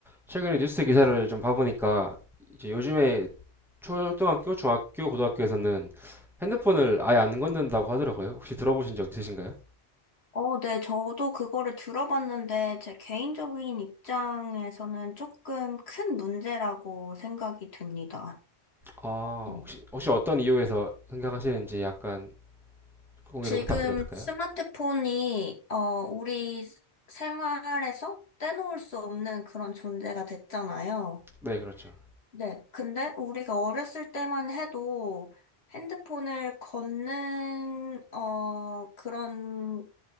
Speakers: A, in the centre; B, on the left.
A: 최근에 뉴스 기사를 좀 봐보니까 이제 요즘에 초등학교, 중학교, 고등학교에서는 핸드폰을 아예 안 건넨다고 하더라고요. 혹시 들어보신 적 있으신가요?
B: 어, 네, 저도 그거를 들어봤는데, 제 개인적인 입장에서는 조금 큰 문제라고 생각이 듭니다.
A: 아,
B: 네.
A: 혹시 혹시 어떤 이유에서 생각하시는지 약간 공유를
B: 지금
A: 부탁드려도 될까요?
B: 스마트폰이, 어, 우리 생활에서 떼놓을 수 없는 그런 존재가 됐잖아요.
A: 네, 그렇죠.
B: 네. 근데 우리가 어렸을 때만 해도 핸드폰을 걷는, 어, 그런,